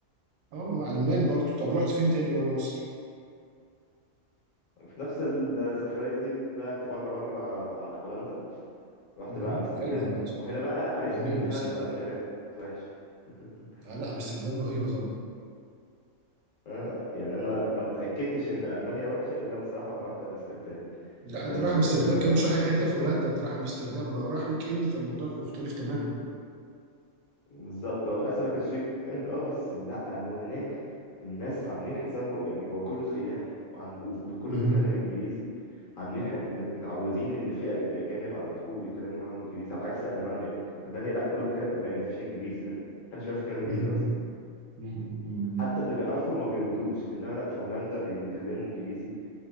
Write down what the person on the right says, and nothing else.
اه مع المان برضو طب رحت فين تاني بره مصر
مهم.
حلو هولندا
جميلة
امستردام
آه لا امستردام رهيبة
ده
انت رايح امستردام
كمان مش رايح اي حته في هولندا انت رايح امستردام ولو رايح ويك اند فالموضوع بيبقى مختلف تماما
مهم.
مهم.
مم. مم.